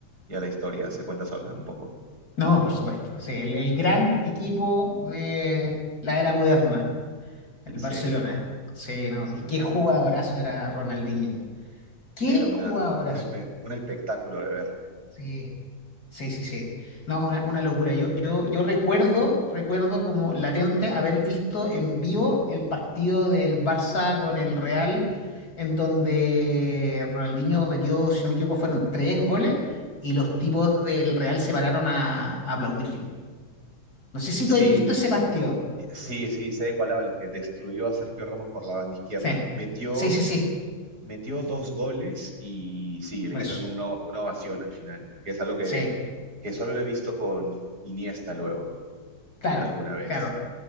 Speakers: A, on the right; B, on the left.
A: ya la historia se cuenta sola un poco.
B: no, por supuesto. Sí, el, el gran equipo de la era moderna, el Barcelona.
A: Sí,
B: Sí, no.
A: sí.
B: ¿Y qué jugadorazo era Ronaldinho? ¿Qué
A: Era una,
B: jugadorazo?
A: un, espe- un espectáculo de ver.
B: Sí, sí, sí, sí. No, una, una locura. Yo, yo, yo recuerdo, recuerdo como latente haber visto en vivo el partido del Barça con el Real, en donde Ronaldinho metió, si no me equivoco, fueron tres goles y los tipos del Real se pararon a, a aplaudir. No sé si
A: Sí,
B: tú has visto ese partido.
A: sí, sí, sé de cuál hablas, que destruyó a Sergio Ramos por la banda izquierda.
B: Sí,
A: Metió,
B: sí, sí, sí.
A: metió dos goles y sí, le
B: Eso.
A: hicieron una, una ovación al final, que es algo que,
B: Sí,
A: que solo lo he visto con Iniesta luego,
B: claro,
A: alguna vez.
B: claro.